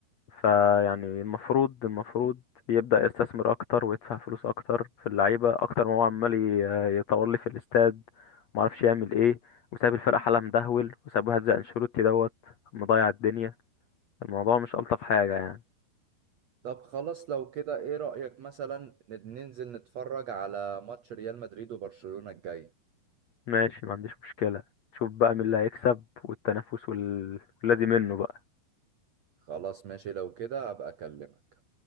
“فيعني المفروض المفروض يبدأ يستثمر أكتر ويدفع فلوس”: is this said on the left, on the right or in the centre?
Left